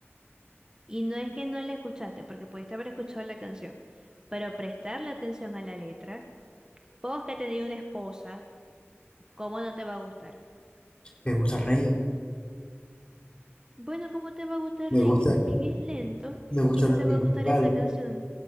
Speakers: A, on the right; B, on the left.
A: Y no es que no la escuchaste, porque pudiste haber escuchado la canción, pero prestarle atención a la letra, vos que tenéis una esposa, ¿cómo no te va a gustar?
B: me gusta Rey,
A: Bueno, ¿cómo te va a gustar
B: me
A: Rey,
B: gusta,
A: que también es lento,
B: me gusta
A: y no
B: David
A: te va a gustar
B: Bisbal.
A: esa canción